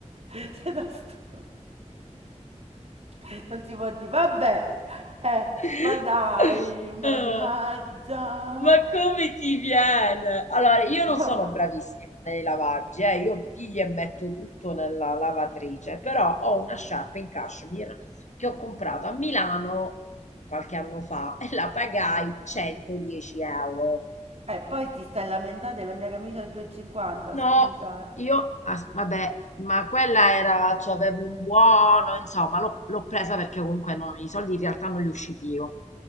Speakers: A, on the right; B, on the left.
A: <laughs> Sei da stronzo. <laughs> Non si può dire, vabbè, eh,
B: <laughs>
A: ma dai, mannaggia.
B: Ah, Ma come ti viene? Allora, io
A: <laughs>
B: non sono bravissima nei lavaggi, eh, Io piglio e metto tutto nella lavatrice, però ho una sciarpa in cashmere che ho comprato a Milano qualche anno fa e la pagai 110 euro.
A: E poi ti stai lamentando della mia camicia a 2,50,
B: No,
A: scusa.
B: io, as- vabbè,
A: eh.
B: ma quella era, cioè avevo un buono, insomma, l'ho l'ho presa perché comunque no, i soldi in realtà non li ho usciti io.